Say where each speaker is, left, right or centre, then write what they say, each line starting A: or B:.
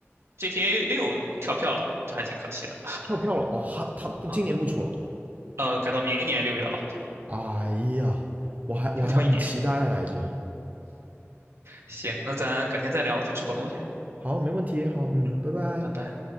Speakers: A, on the right; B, on the right.
A: GTA 六跳票了，这还挺可惜的
B: 跳票了哦，他他不今年不出了。
A: 啊。呃，改到明年六月了，好像
B: 哎呀，我还我还很期待来着。
A: 要跳一年。行，那咱改天再聊，我去吃口东西。
B: 好，没问题，好，嗯，
A: 嗯，
B: 拜拜。
A: 拜拜。